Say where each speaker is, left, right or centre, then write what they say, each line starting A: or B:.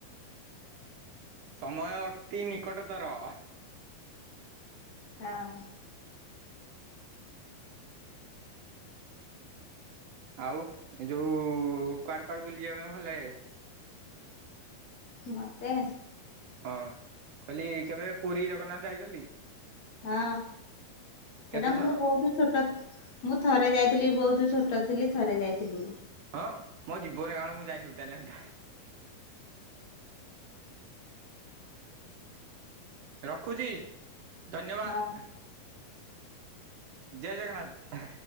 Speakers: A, on the right (about 65°); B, on the left (about 55°).
A: ସମୟ ଅତି ନିକଟତର।
B: ହଁ।
A: ଆଉ, ଏଇ ଯୋଉ କୁଆଡେ-କୁଆଡେ ବୁଲି ଯିବା ପାଇଁ ଭଲ ଲାଗେ?
B: ମୋତେ।
A: ହଁ କହିଲି କେବେ ପୁରୀ ଜଗନ୍ନାଥ ଯାଇଛନ୍ତି?
B: ହଁ।
A: କେତେଥର?
B: ସେଇଟା ମୁଁ ବହୁତ ଛୋଟ। ମୁଁ ଥରେ ଯାଇଥିଲି ବହୁତ୍ ଛୋଟ ଥିଲି ଥରେ ଯାଇଥିଲି।
A: ହଁ। ମୋ ଜୀବନ ରାଣ ମୁଁ ଯାଇନି ଟୋଟାଲି ଜାଣିଚ। ରଖୁଚି ଧନ୍ୟବାଦ୍।
B: ହଁ
A: ଜୟ ଜଗନ୍ନାଥ।